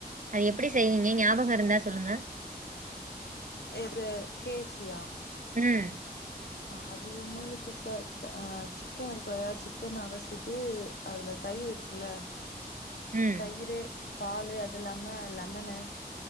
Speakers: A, on the right; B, on the left.
A: எப்பிடி செய்வீங்க ஞாபகம் இருந்தா சொல்லுங்க
B: எது கே எஃப் சியா
A: ம்
B: அது ஒண்ணுல்ல சிஸ்டர் அ சிக்கனுருக்குல சிக்கன் அலசிட்டு அதுல தயிர் இருக்குல்ல
A: ம்
B: தயிரு பாலு அது இல்லாம லெமன்னு